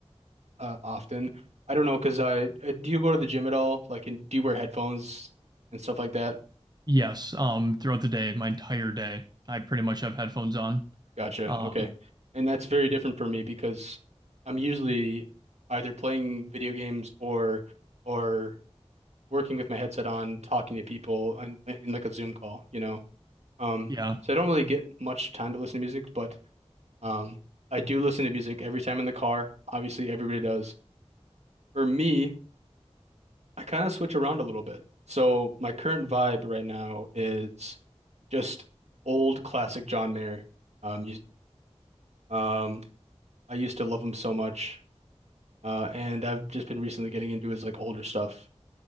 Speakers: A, on the right; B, on the right.
A: uh often. I don't know, 'cause I, uh do you go to the gym at all? Like, and do you wear headphones and stuff like that?
B: Yes, um throughout the day, my entire day, I pretty much have headphones on.
A: Gotcha.
B: Um
A: Okay. And that's very different for me because I'm usually either playing video games or or working with my headset on, talking to people on, in like a Zoom call, you know. Um,
B: yeah.
A: so I don't really get much time to listen to music, but um, I do listen to music every time in the car. Obviously, everybody does. For me, I kind of switch around a little bit. So my current vibe right now is just old classic John Mayer uh, music. Um, I used to love him so much. Uh, and I've just been recently getting into his like older stuff.